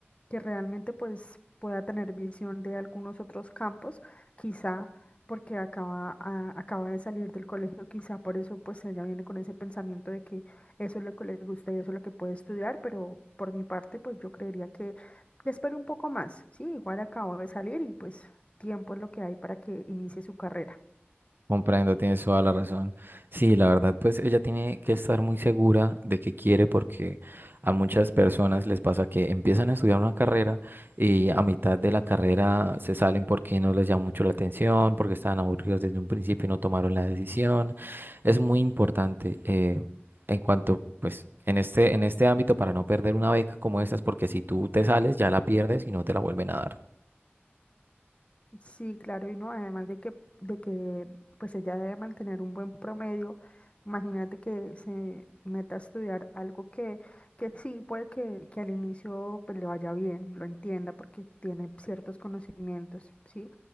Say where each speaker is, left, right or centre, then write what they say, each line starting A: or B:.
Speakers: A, on the left; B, on the right.
A: que realmente pues pueda tener visión de algunos otros campos, quizá porque acaba, a- acaba de salir del colegio, quizá por eso pues ella viene con ese pensamiento de que eso es lo que le gusta y eso es lo que puede estudiar, pero por mi parte, pues yo creería que le espero un poco más, ¿sí? Igual acabo de salir y pues tiempo es lo que hay para que inicie su carrera.
B: Comprendo, tienes toda la razón. Sí, la verdad, pues ella tiene que estar muy segura de que quiere porque a muchas personas les pasa que empiezan a estudiar una carrera y a mitad de la carrera se salen porque no les llama mucho la atención, porque estaban aburridos desde un principio y no tomaron la decisión. Es muy importante eh, en cuanto, pues, en este, en este ámbito para no perder una beca como estas, porque si tú te sales ya la pierdes y no te la vuelven a dar.
A: Sí, claro, y no, además de que, de que pues ella debe mantener un buen promedio, imagínate que se meta a estudiar algo que, que sí, puede que, que al inicio pues le vaya bien, lo entienda porque tiene ciertos conocimientos, ¿sí?